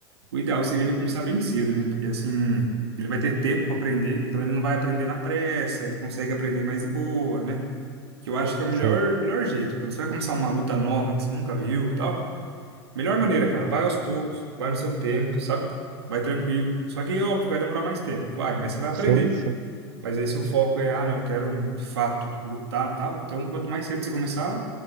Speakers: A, on the right; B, on the right.
A: O ideal seria ele começar bem cedo, né? Porque assim, ele vai ter tempo para aprender, então ele não vai aprender na pressa, ele consegue aprender mais de boa, né? Que eu acho que é o melhor,
B: Sei.
A: melhor jeito. Quando você vai começar uma luta nova que você nunca viu, e tal, melhor maneira, cara, vai aos poucos, vai no seu tempo, sabe? Vai tranquilo. Só que óbvio vai demorar mais tempo, vai, mas você vai aprender.
B: Sim, sim.
A: Mas aí se o foco é, ah, não, quero de fato lutar, tal, então quanto mais cedo você começar,